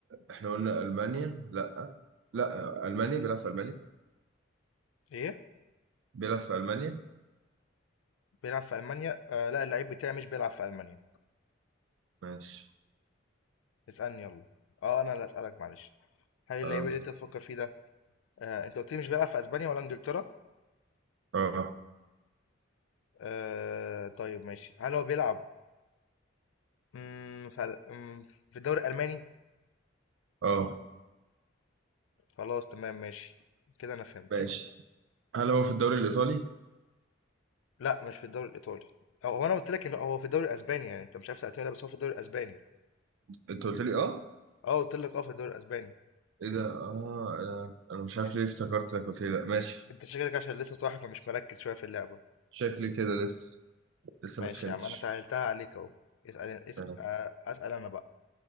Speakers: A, on the right; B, on the left.
A: احنا قلنا ألمانيا لا لا ألمانيا بيلعب في ألمانيا
B: ايه
A: بيلعب في ألمانيا
B: بيلعب في المانيا آه لا اللعيب بتاعي مش بيلعب في المانيا
A: ماشي
B: اسألني يلا اه انا اللي اسألك معلش هل اللعيب
A: اه
B: اللي انت تفكر فيه ده آه انت قلت لي مش بيلعب في اسبانيا ولا انجلترا
A: اه
B: آه طيب ماشي هل هو بيلعب مم، في ال- مم، في الدوري الالماني
A: اه
B: خلاص تمام ماشي كده انا فهمت
A: ماشي
B: شوية
A: هل هو في الدوري الإيطالي
B: لأ، مش في الدوري الإيطالي، أو هو أنا قُلت لك إن هو في الدوري الأسباني يعني أنت مش عارف تعتمدها بس هو في الدوري الأسباني،
A: انت قلت لي اه
B: آه قُلت لك آه في الدوري الأسباني،
A: ايه ده اه انا انا مش عارف
B: أن
A: ليه افتكرت انك قلت لي لا ماشي
B: أنت شكلك عشان لسه صاحي فمش مركّز شوية في اللعبة،
A: شكلي كده لسه لسه
B: ماشي
A: ما سخنتش
B: يا عم أنا سهّلتها عليك أهو، اسأل أن اس
A: آه،
B: آآ، أسأل أنا بقى